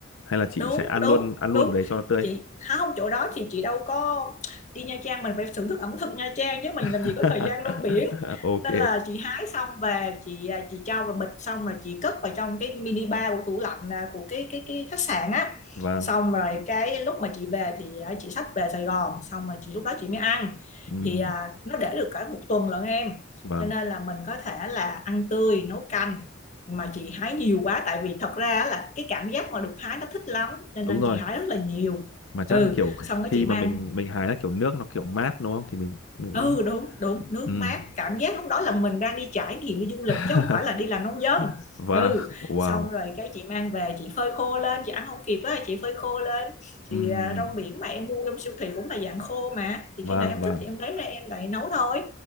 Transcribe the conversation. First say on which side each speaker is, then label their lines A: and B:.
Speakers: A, on the left; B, on the left.
A: hay là chị
B: đúng
A: sẽ ăn
B: đúng
A: luôn ăn luôn
B: đúng
A: ở đấy cho nó tươi
B: chị hả không chỗ đó thì chị đâu có đi Nha Trang mình phải thưởng thức ẩm thực Nha Trang chứ mình
A: <laughs>
B: làm gì có thời gian rong biển
A: ok
B: nên là chị hái xong về chị à, chị cho vào bịch xong rồi chị cất vào trong cái mini bar của tủ lạnh à, của cái cái cái khách sạn á
A: vâng
B: xong rồi cái lúc mà chị về thì à, chị xách về Sài Gòn xong rồi chị lúc đó chị mới ăn
A: Ừm,
B: thì à, nó để được cả một tuần lận em
A: vâng
B: cho nên là mình có thể là ăn tươi nấu canh mà chị hái nhiều quá tại vì thật ra là cái cảm giác mà được hái nó thích lắm cho
A: đúng
B: nên
A: rồi
B: chị hái rất là nhiều
A: mà chắc
B: ừ
A: là kiểu
B: xong
A: khi
B: cái chị mang
A: mà mình mình hái là kiểu nước nó kiểu mát đúng không thì mình cũng
B: ừ đúng đúng nước
A: ừm.
B: mát cảm giác lúc đó là mình đang đi trải nghiệm đi du lịch
A: <laughs>
B: chứ không phải là đi làm nông dân
A: vâng
B: ừ
A: wow
B: xong rồi cái chị mang về chị phơi khô lên chị ăn không kịp á chị phơi khô lên
A: Ừm,
B: thì à, rong biển mà em mua trong siêu thị cũng là dạng khô mà thì
A: vâng
B: khi nào em
A: vâng
B: thích thì em lấy ra em lại nấu thôi